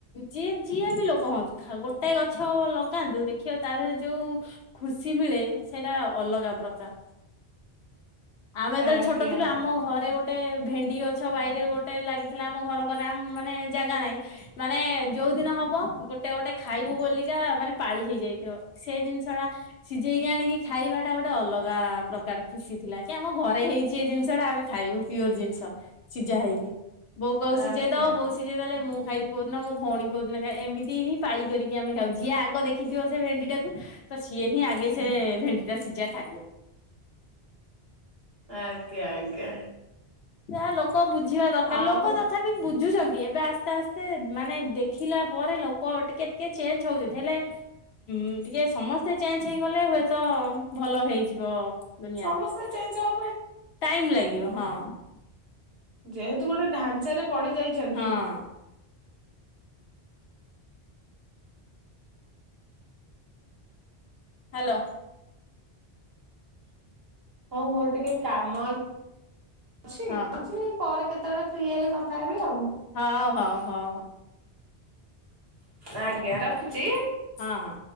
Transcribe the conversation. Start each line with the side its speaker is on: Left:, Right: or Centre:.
Left: ଯିଏ ଯିଏ ବି ଲୋକ ହୁଅନ୍ତୁ ଗୋଟାଏ କଥ ଗଛ ଲଗାନ୍ତୁ ଦେଖିବ ତା ଦେହରେ ଯୋଉ ଖୁସି ମିଳେ ସେଇଟା ଅଲଗା ପ୍ରକାର ଆମେ ଯେତେବେଳେ
Right: ଆଜ୍ଞା। ଆଜ୍ଞା
Left: ଛୋଟଥିଲୁ ଆମ ଘରେ ଗୋଟେ ଭେଣ୍ଡି ଗଛ ବାଇରେ ଗୋଟେ ଲାଗିଥିଲା ଆମ ଘର କରେ ଆମ ମାନେ ଜାଗା ନାହିଁ ମାନେ ଯୋଉ ଯୌ ଦିନ ହବ ଗୋଟେ ଗୋଟେ ଖାଇବୁ <unintelligible> ମାନେ ପାଳି ହେଇଯାଇଥିବ ସେ ଜିନିଷ ଟା ସିଝେଇକି ଆଣିକି ଖାଇବା ଟା ଗୋଟେ ଅଲଗା ପ୍ରକାର ଖୁସି ଥିଲା କି ଆମ ଘରେ ହେଇଛି ଏ ଜିନିଷ ଟା ଆମେ ଖାଇବୁ ପିଓର ଜିନିଷ। ସିଝା ହେଇକି ବୋଉ କଉ ସିଝେଇ
Right: ଆଜ୍ଞା
Left: ଦବ ବୋଉ ସିଝେଇ ଦେଲେ ମୁଁ ଖାଇବି କୋଉଦିନ ମୋ ଭଉଣୀ କହୁଦିନ ଏମିତି ହିଁ ପାଲି କରିକି ଆମେ ଖାଉଛ। ଯିଏ ଆଗ ଦେଖିଥିବ ସେ ଭେଣ୍ଡି ଟାକୁ ତ ସିଏ ହିଁ ଆଗେ ସେ ଭେଣ୍ଡି ଟା ସିଝା ଖାଇବ।
Right: ଆଜ୍ଞା ଆଜ୍ଞା।
Left: ଯା ଲୋକ ବୁଝିବା ଦରକାର
Right: ଆଉ
Left: ଲୋକ ତଥାପି ବୁଝୁଛନ୍ତି। ଏବେ ଆସ୍ତେ ଆସ୍ତେ ମାନେ ଦେଖିଲା। ପରେ ଲୋକ ଟିକେ ଟିକେ ଚେଞ୍ଜ ହଉଛନ୍ତି ହେଲେ ଉ ଟିକେ ସମସ୍ତେ ଚେଞ୍ଜ ହେଇଗଲେ ହୁଏ ତ। ତ ଭଲ ହେଇଯିବ ଦୁନିଆଟା।
Right: ସମସ୍ତେ ଚେଞ୍ଜ ହବା ପାଇଁ
Left: ଟାଇମ ଲାଗିବ ହଁ।
Right: ଯେହେତୁ ଗୋଟେ ଢାଞ୍ଚାରେ ପଡି ଯାଇଛନ୍ତି।
Left: ହଁ ହାଲୋ
Right: ହଉ ମୋର ଟିକେ କାମ ଅ ଅଛି
Left: ହଁ
Right: ଅଛି ପରେ କେତେବେଳେ ଫ୍ରି ହେଲେ କଥା ହେବି ହଉ।
Left: ହଉ ହଉ ହଉ।
Right: ଆଜ୍ଞା ରଖୁଛି।
Left: ହଁ ହଁ।